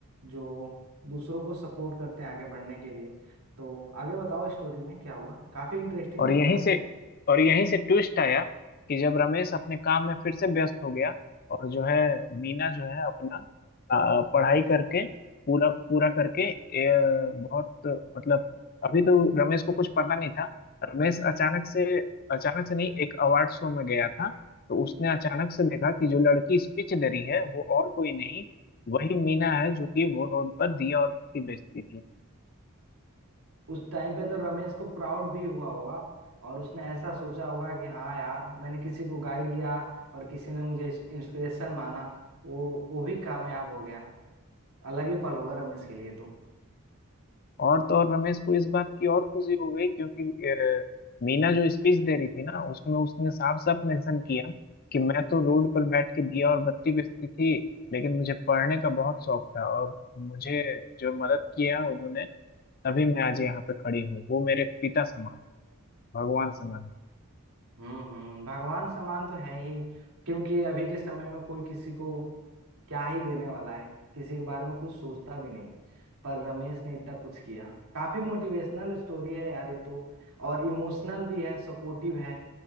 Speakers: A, on the right (about 90°); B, on the left (about 40°).
A: जो दूसरों को सपोर्ट करते हैं आगे बढ़ने के लिए तो आगे बताओ स्टोरी में क्या हुआ काफी इंटरेस्टिंग
B: और
A: लग
B: यहीं
A: रहा है
B: से
A: तो
B: और यहीं से ट्विस्ट आया कि जब रमेश अपने काम में फिर से व्यस्त हो गया और जो है मीना जो है अपना अ, पढ़ाई करके पूरा पूरा करके ए, बहुत मतलब अभी तो रमेश को कुछ पता नहीं था रमेश अचानक से अचानक से नहीं एक अवार्ड शो में गया था तो उसने अचानक से देखा कि जो लड़की स्पीच दे रही है वो और कोई नहीं वही मीना है जो कि वो रोड पर दिया और बत्ती बेचती थी
A: उस टाइम पे तो रमेश को प्राउड भी हुआ होगा और उसने ऐसा सोचा होगा कि हाँ यार मैंने किसी को गाइड किया और किसी ने मुझे इंस्पिरेशन माना वो वो भी कामयाब हो गया अलग ही पल होगा रमेश के लिए तो
B: और तो और रमेश को इस बात की और खुशी हो गई क्योंकि अ, मीना जो स्पीच दे रही थी ना उसमें उसने साफ साफ मेंशन किया कि मैं तो रोड पर बैठ के दिया और बत्ती बेचती थी लेकिन मुझे पढ़ने का बहुत शौक था और मुझे जो मदद किया उन्होंने तभी मैं आज यहाँ पे खड़ी हूँ वो मेरे पिता समान भगवान समान
A: हम्म हम्म भगवान समान तो है ही क्योंकि अभी के समय में कोई किसी को क्या ही देने वाला है किसी के बारे में कुछ सोचता भी नहीं है पर रमेश ने इतना कुछ किया काफी मोटिवेशनल स्टोरी है यार ये तो और इमोशनल भी है सपोर्टिव है